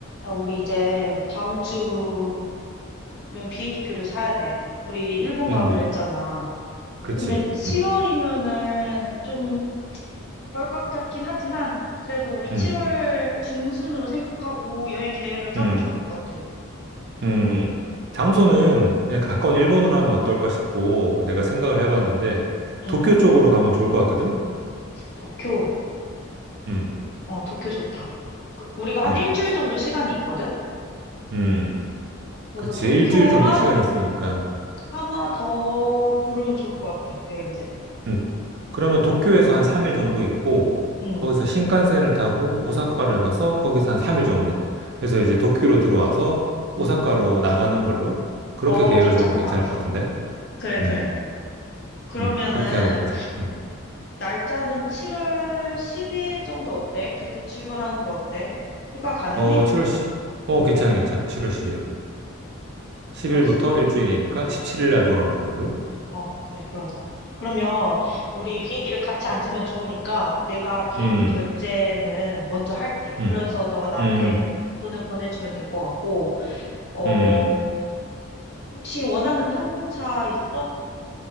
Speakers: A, on the left (about 55°); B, on the right (about 55°).
A: 야, 우리 이제 다음 주면 비행기 표를 사야 돼. 우리 일본 가기로
B: 음,
A: 했잖아.
B: 그치.
A: 근데 7월이면은
B: 음,
A: 좀 덜컥 같긴 하지만 그래도 우리
B: 음,
A: 7월 중순으로 생각하고 여행 계획을 짜면
B: 음,
A: 좋을 것 같아.
B: 음. 장소는 그냥 가까운
A: 응,
B: 일본으로 하면 어떨까 싶고, 내가 생각을 해봤는데,
A: 응.
B: 도쿄 쪽으로 가면 좋을 것 같거든?
A: 도쿄.
B: 음,
A: 어, 도쿄 좋다. 우리가 한
B: 음,
A: 일주일 정도 시간이 있거든?
B: 음.
A: 그래서
B: 그렇지.
A: 도쿄랑
B: 일주일 정도 시간이 있으니까.
A: 하나 더 고르면 좋을 것 같아, 여행지를.
B: 음, 그러면 도쿄에서 한 3일 정도 있고,
A: 응,
B: 거기서 신칸센을 타고 오사카를 가서 거기서 한 3일 정도 해서 이제 도쿄로 들어와서 오사카로
A: 응.
B: 나가는 걸로 그렇게
A: 어,
B: 계획을
A: 괜찮다.
B: 잡으면 괜찮을 것 같은데?
A: 그래,
B: 음,
A: 그래. 그러면은
B: 음, 그렇게 하도록 하자. 음.
A: 날짜는 7월 10일 정도 어때? 그때 출발하는 거 어때? 휴가 가능해?
B: 어, 칠월 십 어, 괜찮아, 괜찮아. 7월 10일. 10일부터
A: 7월 10일.
B: 일주일이니까 17일 날 돌아오는 걸로.
A: 어, 그래, 그러자. 그러면 우리 비행기를 같이 앉으면 좋으니까 내가 비행기
B: 음,
A: 결제는 먼저 할게.
B: 음,
A: 그래서 너가 나한테
B: 음,
A: 돈을 보내주면 될 것 같고, 어,
B: 음.
A: 혹시 원하는 항공사 있어?